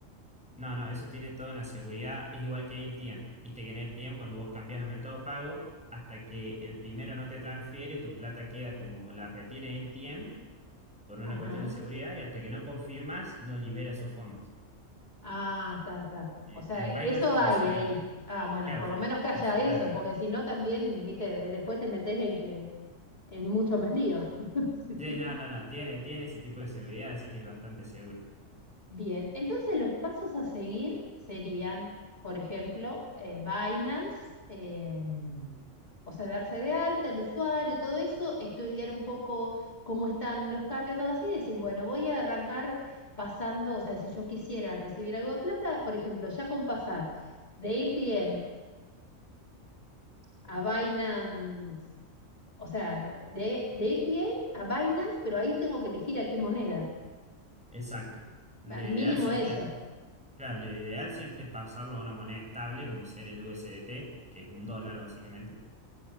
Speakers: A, in the centre; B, on the left (about 35°).
A: No, no, eso tiene toda una seguridad. Es igual que AirTM. Viste que en AirTM, cuando vos cambias a Mercado Pago, hasta que el primero no te transfiere, tu plata queda como la retiene AirTM por una
B: ajá,
A: cuestión de seguridad y hasta que no confirmas, no libera esos fondos.
B: ah, está, está.
A: Eh,
B: O sea,
A: en
B: eso
A: Binance funciona.
B: hay ahí. Ah, bueno,
A: Claro,
B: por
A: fu-
B: lo menos que haya
A: funciona.
B: eso, porque si no también, viste, de- después te metes en que en mucho más lío. <laughs> Sí.
A: Sí, no, no, no. Tiene, tiene ese tipo de seguridad, así que es bastante seguro.
B: Bien, entonces los pasos a seguir serían, por ejemplo, eh, Binance, eh, o sea, darse de alta el usuario, todo eso, estudiar un poco cómo están los cambios, todo así, y decir, bueno, voy a arrancar pasando, o sea, si yo quisiera recibir algo de plata, por ejemplo, ya con pasar de AirDM a Binance, o sea, de, de a AirDM a Binance, pero ahí tengo que elegir a qué moneda,
A: Exacto. Lo
B: al
A: ideal
B: mínimo
A: siempre,
B: eso.
A: claro, lo ideal siempre es pasarlo a una moneda estable, como ser el USDT, que es un dólar básicamente.